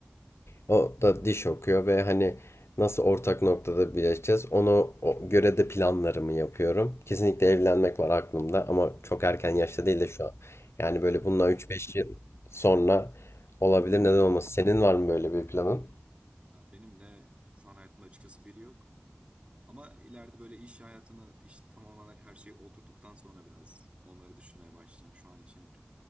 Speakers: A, on the left; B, on the right.
A: o da diş okuyor ve hani nasıl ortak noktada birleşeceğiz. Ona o- göre de planlarımı yapıyorum. Kesinlikle evlenmek var aklımda ama çok
B: çok
A: erken yaşta değil de şu an.
B: çok
A: Yani
B: güzel.
A: böyle bundan 3-5 yıl sonra olabilir.
B: Hı.
A: Neden olmasın? Senin var mı böyle bir planın?
B: Ya benim de şu an hayatımda açıkçası biri yok. Ama ileride böyle iş hayatını, iş tamamen her şeyi oturduktan sonra biraz onları düşünmeye başlayacağım şu an için.